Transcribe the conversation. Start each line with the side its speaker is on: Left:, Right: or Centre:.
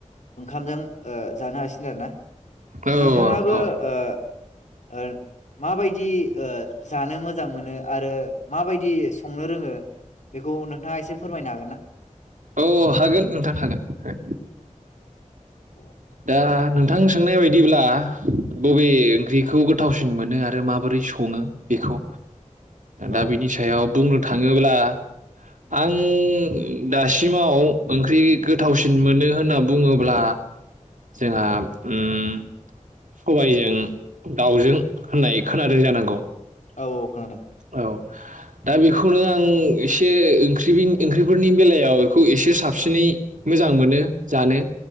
Left: ओंखामजों ओ जानो हासिगोन आरो ना
Right: औ
Left: नोंथाङाबो
Right: औ
Left: ओ ओ माबायदि ओ जानो मोजां मोनो आरो माबायदि स संनो रोङो बेखौ नोंथाङा एसे फोरमायनो हागोन ना?
Right: औ हागोन नोंथां हागोन
Left: <inaudible>
Right: दा नोंथां सोंनाय बायदिब्ला बबे ओंख्रिखौ गोथावसिन मोनो आरो माबोरै सङो बेखौ
Left: औ
Right: दा बिनि सायाव बुंनो थाङोब्ला आं दासिमाव ओंख्रि गोथावसिन मोनो होनना बुङोब्ला जोंहा ओम सबाइजों दाउजों होननाय खोनादों जानांगौ
Left: औ औ खोनादों
Right: औ दा बेखौनो आं एसे ओंख्रि ओंख्रिफोरनि बेलायाव इखौ एसे साबसिनै मोजां मोनो जानो